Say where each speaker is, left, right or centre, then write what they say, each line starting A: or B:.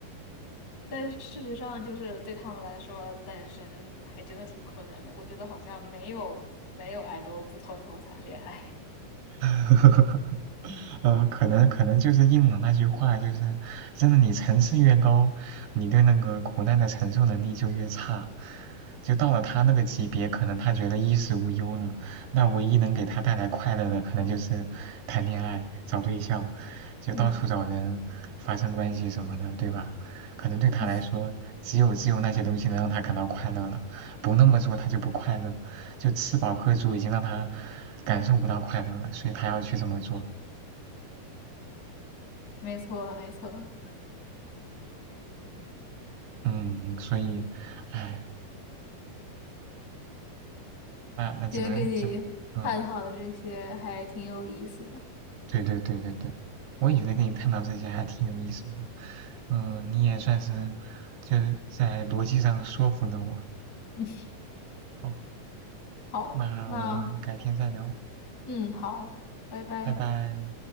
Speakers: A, on the left (about 65°); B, on the right (about 75°).
A: 但事实上，就是对他们来说，单身还真的挺困难的。我觉得好像没有没有爱豆不偷偷谈恋爱。
B: <laughs> 呃，可能可能就是应了那句话，就是真的，你层次越高，你对那个苦难的承受能力就越差。就到了他那个级别，可能他觉得衣食无忧了，那唯一能给他带来快乐的，可能就是谈恋爱、找对象，就到处找人发生关系什么的，
A: 嗯，
B: 对吧？可能对他来说，
A: <laughs>
B: 只有只有那些东西能让他感到快乐了，不那么做他就不快乐，就吃饱喝足已经让他感受不到快乐了，所以他要去这么做。
A: 没错，没错。
B: 嗯，所以，唉，那那只能只，
A: 今天跟你探讨的这些还挺有意思的。
B: 嗯，对对对对对，我也觉得跟你探讨这些还挺有意思的，嗯，你也算是就是在逻辑上说服了我。
A: <laughs>
B: 好，
A: 好，
B: 那我们改天再聊，
A: 那嗯，好，拜拜。
B: 拜拜。